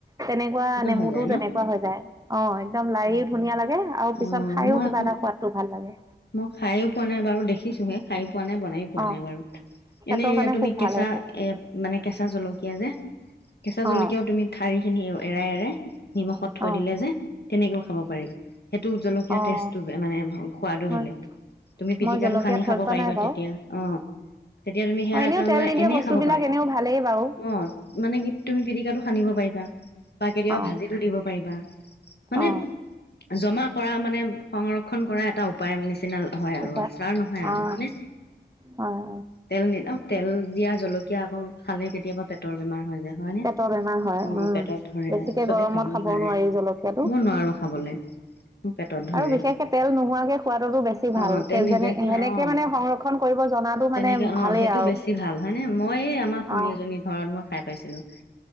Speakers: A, on the right; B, on the left.
A: তেনেকুৱা নেমুতটোও
B: হৈ যায়
A: তেনেকুৱা
B: ন?
A: হৈ যায়। অ, একদম লাৰি ধুনীয়া লাগে আৰু পিছত
B: অ',
A: খাইয়ো
B: মই
A: কিবা
B: আকৌ
A: এটা সোৱাদটো ভাল লাগে।
B: মই খাইয়ো পোৱা নাই বাৰু দেখিছোহে খাই পোৱা নাই বনাই পোৱা
A: অ
B: নাই বাৰু
A: পেটৰ
B: এনে
A: কাৰণে
B: এ তুমি
A: খুব ভাল
B: কেঁচা
A: সেইটো
B: এ মানে কেঁচা জলকীয়া যে কেঁচা জলকীয়াও
A: অ
B: তুমি ঠাৰি খিনি এৰাই- এৰাই নিমখত থৈ
A: অ
B: দিলে যে তেনেকেও খাব পাৰি সেইটো জলকীয়া
A: অ
B: টেষ্টটো
A: অ
B: মানে <unintelligible>
A: হয়
B: বেলেগ তুমি পিতিকাটো
A: মই জলকীয়া
B: সানি
A: থৈ
B: খাব
A: পোৱা
B: পাৰিবা
A: নাই বাৰু
B: তেতিয়া অ, তেতিয়া তুমি সেয়া
A: অ এনেও
B: এটা
A: তেল
B: লৈ
A: নিদিয়া
B: এনেই
A: বস্তু
B: খাব
A: বিলাক
B: পাৰে।
A: এনেও ভালেই বাৰু
B: অ, মানে কি তুমি পিটিকাটো সানিব পাৰিবা। বা কেতিয়াবা
A: অ
B: ভাজিটো দিব পাৰিবা মানে
A: অ
B: জমা কৰা মানে সংৰক্ষণ কৰা এটা উপায় নিচিনা হয় আৰু
A: উপায়
B: আচাৰ নহয় আৰু
A: অ হয়
B: মানে
A: হয়।
B: তেল নি অ, তেল দিয়া জলকীয়া আকৌ খালেই কেতিয়াবা পেটৰ বেমাৰ হৈ যায়। হয় নে
A: পেটৰ বেমাৰ হয়
B: অ,
A: উম
B: পেটত ধৰে
A: বেছিকে
B: চবেই
A: গৰমত
B: খাব নোৱাৰে
A: নোৱাৰি জলকীয়াটো
B: মই নোৱাৰো খাবলে। মোৰ পেটত ধৰে
A: আৰু বিশেষকে তেল নোহোৱাকে সোৱাদটো বেছ বেছি
B: অ
A: ভালকে
B: তেল নিদিয়াকে
A: যেনে
B: অ
A: সেনেকে মানে সংৰক্ষণ কৰিব জনাটো
B: তেনেকে
A: মানেই
B: অ
A: ভালেই
B: সেইটো
A: আৰু।
B: বেছি ভাল হয়নে মই আমাৰ খুৰী
A: অ
B: এজনীৰ ঘৰত মই খাই পাইছিলোঁ।